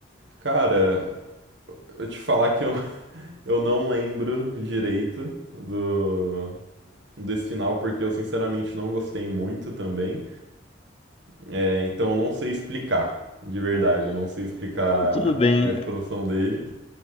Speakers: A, on the right (about 70°); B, on the left (about 30°).
A: Cara, eu te falar que eu Eu não lembro direito do desse final porque eu sinceramente não gostei muito também. É, então eu não sei explicar, de verdade,
B: né?
A: eu não sei explicar
B: Ah, tudo bem.
A: a expansão dele,